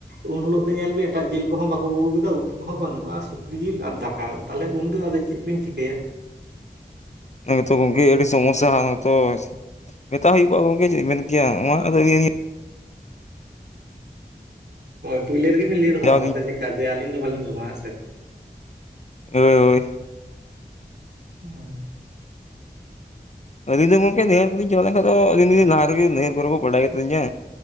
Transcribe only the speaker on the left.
ᱛᱚ ᱜᱚᱝᱠᱮ ᱟᱹᱰᱤ ᱥᱚᱢᱚᱥᱥᱟ ᱛᱚ ᱢᱮᱛᱟ ᱦᱩᱭᱩᱜᱼᱟ, ᱜᱚᱝᱠᱮ ᱪᱮᱫ? ᱢᱟ ᱟᱫᱚ <unintelligible>
ᱥᱮᱸᱫᱽᱨᱟ
ᱳᱭᱻ
ᱟᱹᱞᱤᱧ ᱫᱚ ᱜᱚᱝᱠᱮ ᱱᱟᱹᱭᱦᱟᱹᱨ ᱠᱚᱞᱤᱧ ᱪᱟᱞᱟᱜ ᱠᱷᱟᱱ ᱫᱚ ᱟᱹᱞᱤᱧ ᱫᱚ ᱞᱟᱦᱟ ᱨᱮᱜᱮ ᱞᱤᱧ ᱞᱟᱹᱭ ᱟᱠᱚ ᱨᱮ ᱠᱚ ᱵᱟᱰᱟᱭ ᱜᱮ ᱛᱟᱹᱤᱧᱟ᱾